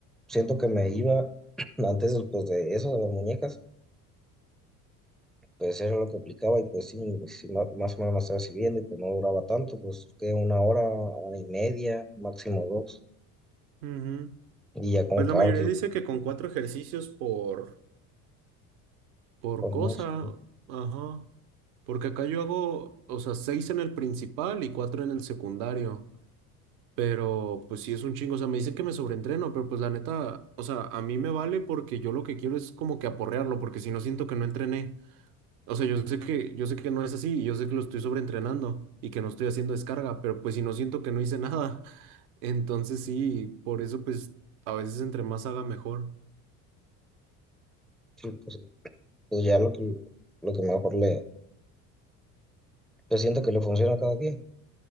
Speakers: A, in the centre; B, on the right.
A: siento que me iba <clears throat> antes del- pues, de eso, de las muñecas, pues era lo que aplicaba y pues sí, sí, ma- más o menos me estaba sirviendo y pues no duraba tanto, pues que una hora, hora y media, máximo dos.
B: Ujú.
A: Y ya con
B: Pues
A: cardio
B: la mayoría dice que con cuatro ejercicios por, por
A: por
B: cosa.
A: músculo.
B: Ajá. Porque acá yo hago, o sea, seis en el principal y cuatro en el secundario. Pero pues sí es un chingo. O sea, me dicen que me sobreentreno, pero pues la neta, o sea, a mí me vale porque yo lo que quiero es como que aporrearlo, porque si no siento que no entrené. O sea, yo sé que, yo sé que no es así, y yo sé que lo estoy sobreentrenando y que no estoy haciendo descarga, pero pues si no siento que no hice nada. <laughs> Entonces sí, por eso pues a veces entre más haga mejor.
A: Sí, pues, pues ya lo que, lo que mejor le, pues siento que le funciona a cada quien.